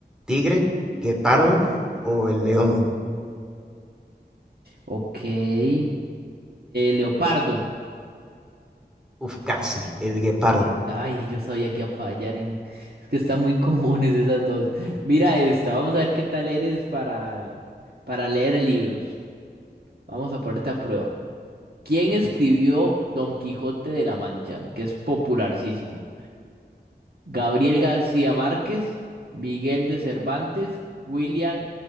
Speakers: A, in the centre; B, on the right.
A: tigre, guepardo o el león?
B: Ok. eh, Leopardo.
A: Uf, casi, el guepardo.
B: Ay, yo sabía que iba a fallar en... Es que están muy <laughs> comunes esas dos. Mira esta. Vamos a ver qué tal eres para, para leer libros. Vamos a ponerte a prueba. ¿Quién escribió Don Quijote de la Mancha? Que es popularísimo. Gabriel García Márquez, Miguel de Cervantes, William